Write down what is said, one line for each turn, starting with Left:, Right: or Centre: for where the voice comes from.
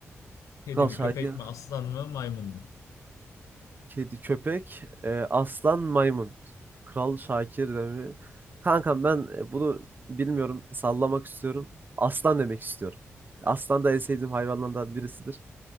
Left: Kedi
Right: Kral
Left: mi,
Right: Şakir.
Left: köpek mi, aslan mı, maymun mu?
Right: Kedi, köpek, e, aslan, maymun. Kral Şakir demi. Kankam ben e, bunu bilmiyorum. Sallamak istiyorum. Aslan demek istiyorum. Aslan da en sevdiğim hayvanlardan birisidir.